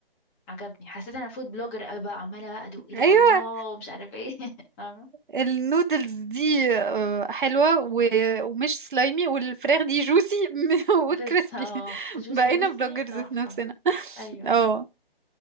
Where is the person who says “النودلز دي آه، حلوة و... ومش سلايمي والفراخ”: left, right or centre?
Right